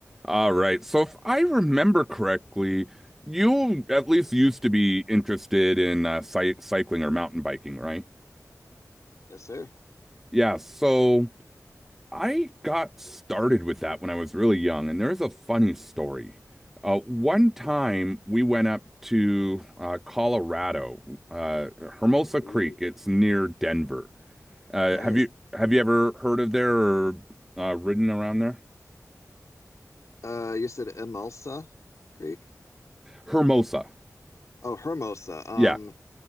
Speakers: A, in the centre; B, on the left.
A: All right. So if I remember correctly, you at least used to be interested in uh, cy cycling or mountain biking, right?
B: Yes, sir.
A: Yeah. So I got started with that when I was really young, and there's a funny story. Uh, one time we went up to uh, Colorado, uh, Hermosa
B: Ooh,
A: Creek. It's near Denver. Uh,
B: nice.
A: have you have you ever heard of there or uh, ridden around there?
B: Uh, you said Emulsa Greek?
A: Hermosa.
B: Oh, Hermosa. Um,
A: Yeah.